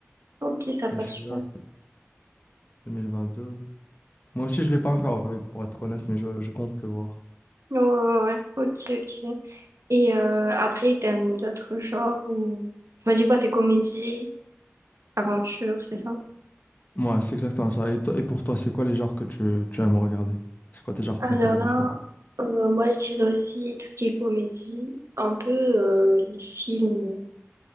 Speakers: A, on the right (about 85°); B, on the left (about 40°).
A: Ok, ça
B: Et
A: passe
B: celui-là,
A: super.
B: c'est 2022. Moi aussi, je l'ai pas encore vu, pour être honnête, mais je, je compte le voir.
A: Ouais, ouais, ouais. ouais. Ok, ok. Et euh, après, t'aimes d'autres genres ou... Tu m'as dit quoi? C'est comédie, aventure, c'est ça?
B: Ouais, c'est exactement ça. Et, toi- et pour toi, c'est quoi les genres que tu, tu aimes regarder? C'est quoi tes genres
A: Alors
B: préférés
A: là,
B: de films?
A: euh, moi je dirais aussi tout ce qui est comédie, un peu euh, les films